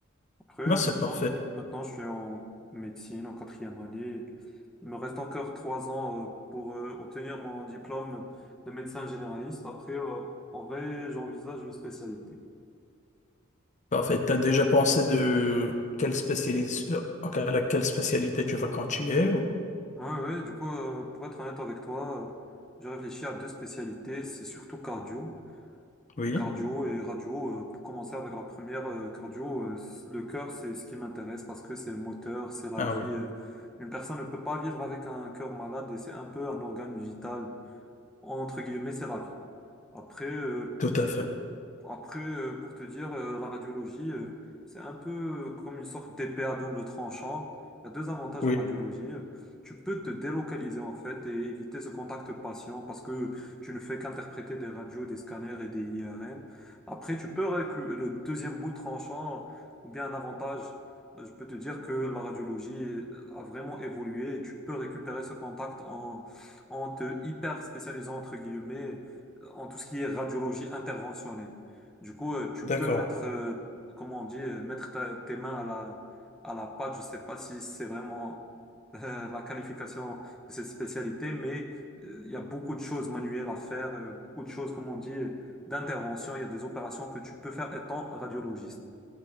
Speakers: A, in the centre; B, on the left (about 35°).
A: Après,
B: Ben, c'est
A: maintenant,
B: parfait.
A: maintenant, je suis en médecine, en quatrième année. Il me reste encore trois ans euh, pour euh, obtenir mon diplôme de médecin généraliste. Après, euh, en vrai, j'envisage une spécialité.
B: Parfait. T'as déjà pensé de quelle spécialité, à laquelle spécialité tu vas continuer ou...
A: Ouais, ouais, du coup, euh, pour être honnête avec toi, euh, j'ai réfléchi à deux spécialités, c'est surtout cardio,
B: Oui.
A: cardio et radio. euh, pour commencer avec la première, euh, cardio, euh, c- le cœur, c'est ce qui m'intéresse parce que c'est le moteur, c'est la
B: Ah
A: vie.
B: oui,
A: euh. Une personne ne peut pas vivre avec un cœur malade et c'est un peu un organe vital. Entre guillemets, c'est la vie. Après, euh,
B: tout à fait.
A: après, euh, pour te dire, euh, la radiologie, euh, c'est un peu euh, comme une sorte d'épée à double tranchant. Il y a deux avantages
B: Oui,
A: en radiologie. Tu peux te délocaliser en fait et éviter ce contact patient parce que tu ne fais qu'interpréter des radios, des scanners et des IRM. Après, tu peux récu- le deuxième bout tranchant ou bien un avantage. euh, Je peux te dire que la radiologie est- a vraiment évolué et tu peux récupérer ce contact en, en te hyper spécialisant entre guillemets euh, en tout ce qui est radiologie interventionnelle. Du coup, euh, tu
B: d'accord.
A: peux mettre, euh, comment on dit, euh, mettre ta- tes mains à la, à la pâte. Je sais pas si c'est vraiment <laughs> euh, la qualification de cette spécialité, mais euh, il y a beaucoup de choses manuelles à faire, euh, beaucoup de choses, comme on dit, euh, d'intervention. Il y a des opérations que tu peux faire étant radiologiste.